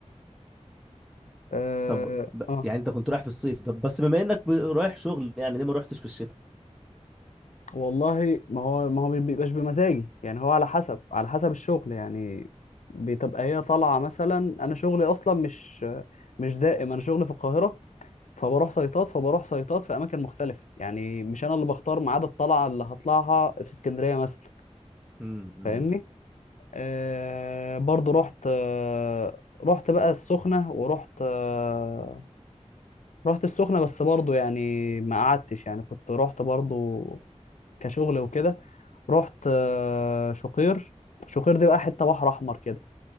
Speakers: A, on the left; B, in the centre.
A: اه
B: طب ب-
A: آه.
B: يعني انت كنت رايح في الصيف طب بس بما انك ب- رايح شغل يعني ليه ما روحتش في الشتاء
A: والله ما هو ما هو ما بيبقاش بمزاجي يعني هو على حسب على حسب الشغل يعني بتبقى هي طالعه مثلا انا شغلي اصلا مش مش دائم انا شغلي في القاهره فبروح سيطات فبروح سيطات في اماكن مختلفه يعني مش انا اللي بختار ميعاد الطلعه اللي هطلعها في اسكندريه مثلا
B: امم امم
A: فاهمني آه برضو رحت آه رحت بقى السخنه ورحت آه رحت السخنه بس برضو يعني ما قعدتش يعني كنت رحت برضو كشغل وكده رحت آه، شقير شقير دي بقى حته بحر احمر كده